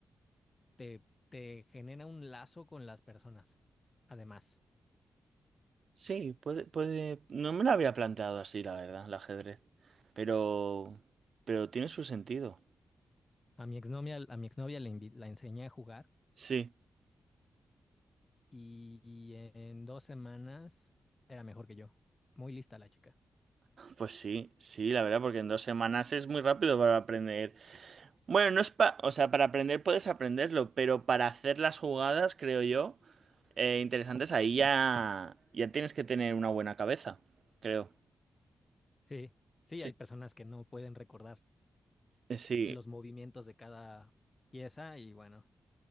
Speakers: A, on the left; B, on the right.
A: te, te genera un lazo con las personas. Además,
B: sí, puede, puede... No me lo había planteado así, la verdad, el ajedrez. Pero... Pero tiene su sentido.
A: a mi exnovia, a mi exnovia le invi- la enseñé a jugar
B: Sí,
A: y, y en dos semanas era mejor que yo. Muy lista la chica.
B: pues sí, sí, la verdad, porque en dos semanas es muy rápido para aprender Bueno, no es pa, o sea, para aprender puedes aprenderlo, pero para hacer las jugadas, creo yo, eh, interesantes, ahí ya, ya tienes que tener una buena cabeza, creo.
A: Sí, sí,
B: Sí.
A: hay personas que no pueden recordar
B: Eh, Sí.
A: los movimientos de cada pieza y bueno,